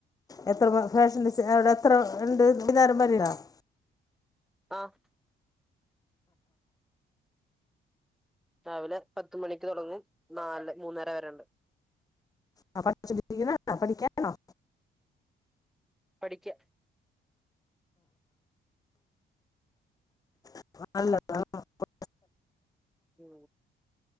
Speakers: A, on the left (about 20°); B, in the centre.
A: എത്ര ഫാഷൻ ഡിസൈ അവടെ എത്രണ്ട് <unintelligible>
B: ആഹ് രാവിലെ പത്ത് മണിക്ക് തൊടങ്ങും നാല് മൂന്നര വരെണ്ട്
A: ആ <unintelligible> പഠിക്കാണോ
B: പഠിക്ക
A: <unintelligible>
B: ഉം